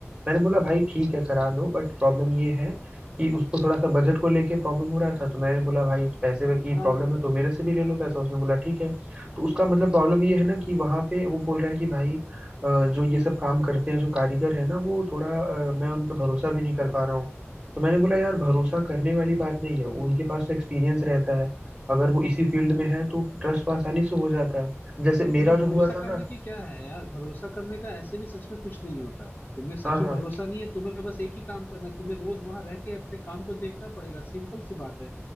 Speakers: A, on the right; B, on the left.
A: मैंने बोला भाई ठीक है करा लो बट प्रॉब्लम ये है कि उसको थोड़ा सा बजट को लेके प्रॉब्लम हो रहा था तो मैंने बोला भाई पैसे की
B: हाँ
A: प्रॉब्लम है तो मेरे से भी ले लो पैसा उसने बोला ठीक है तो उसका मतलब प्रॉब्लम ये है ना कि वहां पे वो बोल रहा है कि भाई अ, जो ये सब काम करते हैं जो कारीगर है ना वो थोड़ा अ, मैं उन पे भरोसा भी नहीं कर पा रहा हूँ तो मैंने बोला यार भरोसा करने वाली बात नहीं है उनके पास तो एक्सपीरियंस रहता है अगर वो इसी फील्ड में है तो ट्रस्ट तो आसानी से हो जाता है जैसे मेरा
B: अरे भरोसा
A: जो हुआ था
B: करने
A: ना
B: की क्या है यार भरोसा करने का ऐसे भी सच में कुछ नहीं होता तुम्हें सच
A: हाँ
B: में
A: हाँ
B: भरोसा नहीं है तुम्हें बस एक ही काम करना है तुम्हें रोज वहां रह के अपने काम को देखना पड़ेगा सिंपल सी बात है